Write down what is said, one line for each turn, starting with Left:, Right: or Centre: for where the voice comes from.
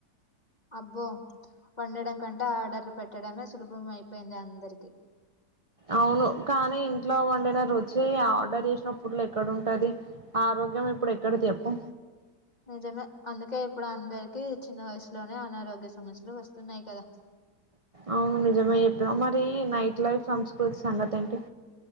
Left: అబ్బో వండడం కంటే ఆర్డర్లు పెట్టడమే సులభం అయిపోయింది అందరికి
Right: అవును కానీ ఇంట్లో వండిన రుచ్చి ఆర్డర్ చేసినప్పుడ్లు ఎక్కడ ఉంటది ఆరోగ్యం ఇప్పుడు ఎక్కడికి చెప్పు
Left: నిజమే అందుకే ఇప్పుడు అందరికి చిన్న వయసు లోనే అనారోగ్య సమస్యలు వస్తున్నాయి కదా
Right: అవును నిజమే చెప్పినావ్ మరి నైట్ లైఫ్ సంస్కృతి సంగతి ఏంటి